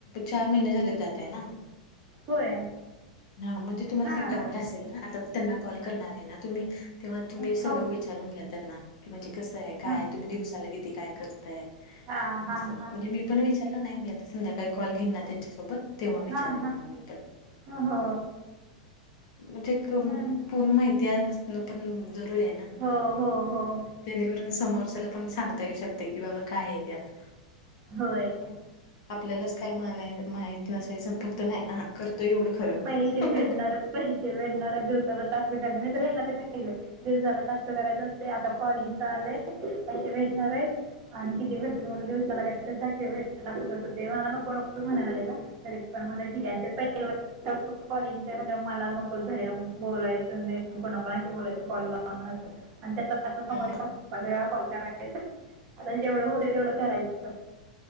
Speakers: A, on the left (about 60°); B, on the right (about 45°).
A: चार महिने झाले त्यात आहे ना
B: होय
A: हा, म्हणजे तुम्हाला
B: हां
A: काही डाऊट असेल ना आता त्यांना कॉल करणार आहे ना तुम्ही? तेव्हा तुम्ही
B: हो
A: सगळं विचारून घ्या त्यांना की म्हणजे कसं आहे काय
B: हां
A: तुम्ही दिवसाला किती काय कर
B: हां हां
A: असं,
B: हां
A: म्हणजे मी पण विचारलं नाही मी आता संध्याकाळी कॉल घेन ना त्यांच्यासोबत तेव्हा विचारेन
B: हां
A: मग मी पण
B: हां हो
A: म्हणजे क
B: हं.
A: म्.. पूर्ण माहिती असण पण.. जरूरी आहे ना.
B: हो.. हो.. हो..
A: जणेकरून समोरच्याला पण सांगता येऊ शकते की बाबा काय आहे यात.
B: होय
A: आपल्यालाच काय माय माहीत नसायचं फक्त नाही करतोय एवढं खरं..
B: पैसे
A: ह्..
B: भेटणारच पैसे भेटणार दिवसावर तास <inaudible> झाली मी तर यांना ते सांगितले. दिवसाला टक्क करायच असते आता कॉलिंग चा आलंय, पैसे भेटणार आहे. आणि किती भेटते दिवसाला काहीतरी सहाशे भेटते असं तसं ते म्हणाले नको नको म्हणालेला. तरीपण म्हटले ठीक आहे, त्या <unintelligible> कॉलिंगच आहे म्हटल्यावर मलाच नकोच घरी बोलायचं ते नको नको अशी बोलायचे कॉल लावन असं. <unintelligible>
A: अ
B: आता जेवढं होतं तेवढं करायचं.